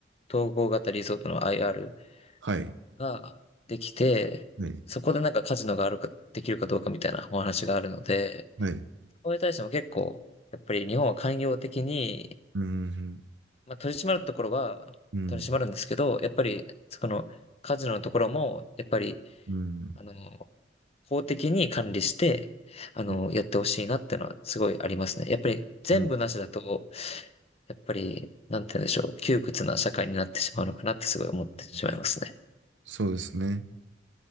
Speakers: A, on the left (about 35°); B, on the right (about 70°).
A: 統合型リゾートの IR
B: はい。
A: ができて、
B: はい。
A: そこでなんかカジノがあるか、できるかどうかみたいなお話があるので、
B: はい。
A: それに対しても結構、やっぱり日本は寛容的に、
B: うん。
A: まあ、取り締まるところは取り締まるんですけど、
B: うん。
A: やっぱり、その、カジノのところも、やっぱり、
B: うん。
A: あの、法的に管理して、あの、
B: うん。
A: やってほしいなってのはすごいありますね。やっぱり全部なしだと、
B: う
A: やっぱり、なんて言うんでしょう、窮屈な社会になってしまうのかなってすごい思ってしまいますね。
B: んそうですね。